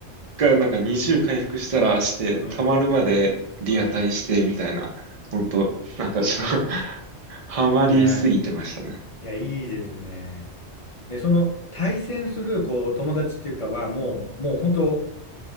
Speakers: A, on the right; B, on the left.
A: 回なんか20回復したらして、
B: うん、
A: 溜まるまでリアタイしてみたいな、
B: うん。
A: ほんと、なんかちょっと <laughs> ハマりすぎてましたね。
B: いや、いや、いいですね。え、その、対戦する、こう、友達っていうかは、もう、もう本当、